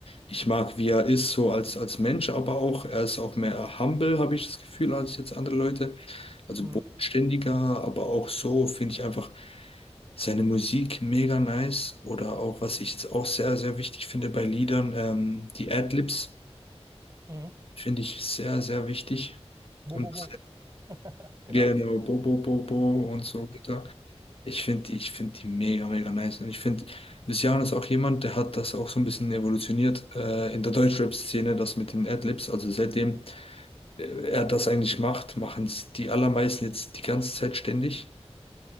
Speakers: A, on the left; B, on the right.
A: Ich mag, wie er ist, so als, als Mensch, aber auch, er ist auch mehr humble, habe ich das Gefühl, als jetzt andere Leute. Also
B: Mhm.
A: bodenständiger, aber auch so finde ich einfach seine Musik mega nice. Oder auch, was ich jetzt auch sehr, sehr wichtig finde bei Liedern, ähm, die Adlibs
B: Mhm.
A: finde ich sehr, sehr wichtig.
B: Bo,
A: Und
B: bo, bo. Genau.
A: Genau, bo bo Bo, Bo und so weiter. Ich finde die, ich finde die mega, mega nice. Und ich finde, Luciano ist auch jemand, der hat das auch so ein bisschen evolutioniert äh, in der Deutschrap-Szene, das mit den Adlibs. Also seitdem äh, er das eigentlich macht, machen es die allermeisten jetzt die ganze Zeit ständig.